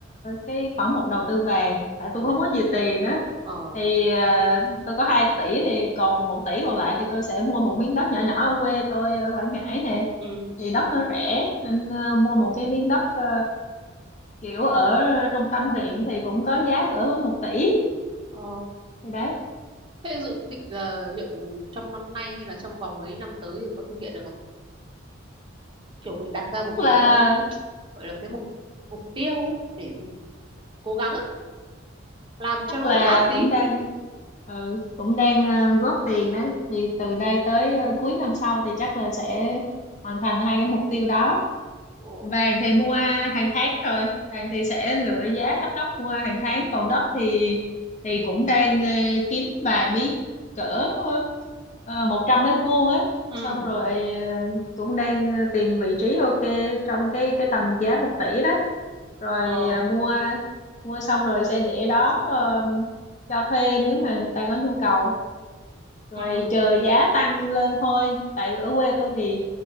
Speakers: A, on the left (about 35°); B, on the right (about 25°).
A: cái khoản mục đầu tư vàng tại tôi
B: ờ
A: không có nhiều tiền á
B: ờ
A: thì ờ, tôi có 2 tỷ thì còn một tỷ còn lại thì tôi sẽ mua một miếng đất nhỏ nhỏ ở quê tôi ở Quảng Ngãi nè
B: ừ
A: thì đất nó rẻ nên ờ, mua một cái miếng đất ờ, kiểu ở trung tâm huyện thì cũng có giá cỡ một tỷ
B: ờ
A: thì đấy
B: thế dự định là liệu trong năm nay hay là trong vòng mấy năm tới thì có thực hiện được không kiểu mình đặt ra một
A: tức là
B: cái ờ, gọi là cái mục mục tiêu ấy, để mình cố gắng á, làm cho
A: chắc
B: nó
A: là
B: ổn áp tí
A: cũng đang ừ, cũng đang ờ, góp tiền đấy thì từ đây tới ờ, cuối năm sau thì chắc là sẽ hoàn thành hai cái mục tiêu đó
B: ờ,
A: vàng thì mua hàng tháng rồi vàng thì sẽ lựa giá thấp thấp mua hàng tháng còn đất thì thì cũng đang ờ, kiếm vài miếng cỡ uh, một trăm mét vuông á
B: ừ
A: xong rồi ờ, cũng đang ờ, tìm vị trí ok trong cái cái tầm giá một tỷ đó rồi
B: ờ
A: ờ, mua mua xong rồi sẽ để đó ờ, cho thuê nếu mà người ta có nhu cầu rồi
B: ừ
A: chờ giá tăng lên thôi tại ở quê tôi thì